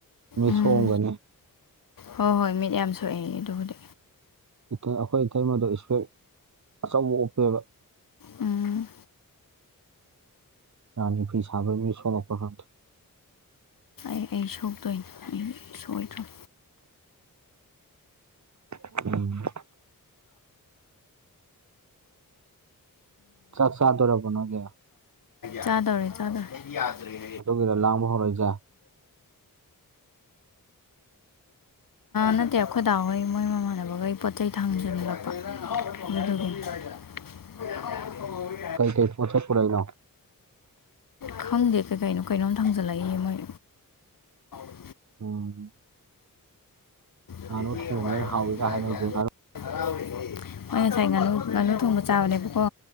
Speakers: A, on the right; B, on the left.
A: ꯃꯤ
B: ꯎꯝ
A: ꯁꯣꯡꯝꯒꯅꯤ
B: ꯍꯣꯏ ꯍꯣꯏ ꯃꯤꯠ ꯌꯥꯝ ꯁꯣꯛꯑꯦ ꯑꯗꯨꯕꯨꯗꯤ
A: ꯑꯩꯈꯣꯏ ꯏꯇꯩꯃꯣꯗ ꯏꯁꯄꯦꯛ ꯑꯆꯧꯕ ꯑꯣꯞꯄꯦꯕ
B: ꯎꯝ
A: ꯔꯥꯅꯤꯈ ꯁꯃꯩꯅꯤ ꯁꯣꯂꯣꯄ꯭ꯔ ꯍꯥꯟꯗ
B: ꯑꯦ ꯑꯩ ꯁꯣꯛꯇꯣꯏꯅꯦ ꯑꯩ ꯁꯣꯛꯑꯣꯏꯗꯣꯏ
A: <unintelligible> ꯆꯥꯛ ꯆꯥꯗꯣꯔꯕꯣ ꯅꯣꯏꯒꯤ
B: ꯆꯥꯗꯔꯦ ꯆꯥꯗ ꯌꯥ ꯑꯗꯨꯒꯥ
A: ꯑꯗꯨꯒꯤꯔ ꯂꯥꯡꯕ ꯍꯧꯔꯛꯏꯁꯦ
B: ꯅꯠꯇꯦ ꯑꯩꯈꯣꯏꯗꯥ ꯍꯣꯏ ꯃꯣꯏ ꯃꯃꯥꯟꯅꯕꯒꯩ ꯄꯣꯠ ꯆꯩ ꯊꯥꯡꯖꯟꯂꯛꯄ <unintelligible>
A: ꯀꯩ ꯗꯦꯁꯃ ꯆ ꯄꯨꯔꯏ ꯂꯥꯎꯑꯣ
B: ꯈꯪꯗꯦꯀꯩ ꯀꯥꯏꯅꯣ ꯀꯥꯏꯅꯣꯅ ꯊꯥꯡꯖꯜꯂꯏꯣꯏ ꯍ
A: ꯎꯝ ꯉꯥꯅꯨ
B: <unintelligible>
A: ꯊꯣꯡꯕꯅꯦꯅ ꯍꯥꯎꯋꯤꯒ ꯍꯥꯏꯅꯩꯁꯦ ꯉꯥꯅꯨ
B: ꯃꯣꯏ ꯉꯁꯥꯏ ꯉꯥꯅꯨ ꯉꯥꯅꯨ ꯊꯣꯡꯕ ꯆꯥꯕꯅꯦꯕꯀꯣ